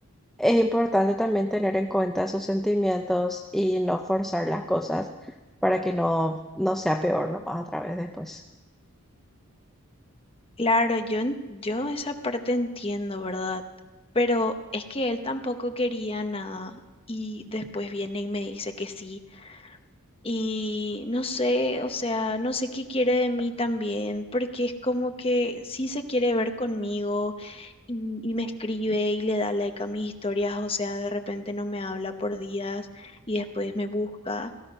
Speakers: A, in the centre; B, on the left.
A: es importante también tener en cuenta sus sentimientos y no forzar las cosas para que no, no sea peor nomás otra vez después.
B: Claro, yo, en- yo esa parte entiendo, ¿verdad? Pero es que él tampoco quería nada y después viene y me dice que sí. Y no sé, o sea, no sé qué quiere de mí también, porque es como que sí se quiere ver conmigo y, y me escribe y le da like a mis historias, o sea, de repente no me habla por días y después me busca.